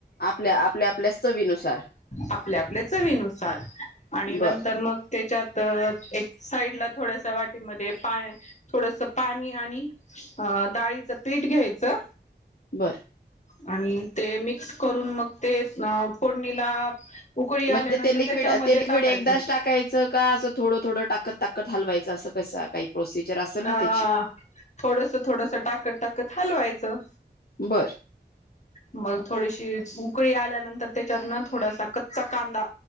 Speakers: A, on the left (about 55°); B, on the left (about 40°).
A: आपल्या आपल्या आपल्याच चवीनुसार
B: आ पल्या आपल्या चवीनुसार आणि नंतर
A: बर
B: मग त्याच्यात तर एक साईड ला थोड्यासा वाटीमध्ये पाय, थोडसं पाणी आणि डाळीचं पीठ घ्यायचं.
A: बरं
B: आणि ते मिक्स करून मग ते अ फोडणीला उकळी आल्यानंतर
A: मग ते लिक्विड
B: त्याच्यामध्ये
A: अ ते लिक्विड
B: टाकायचं
A: एकदाच टाकायचं का असं थोडं थोडं टाकत ताकत हलवायचं असं कसं काही प्रोसिजर असेल ना ते
B: हा. थोडसं थोडसं टाकत टाकत हलवायचं.
A: बर
B: मग थोडीशी उकळी आल्यानंतर त्याच्यात ना थोडासा कच्चा कांदा,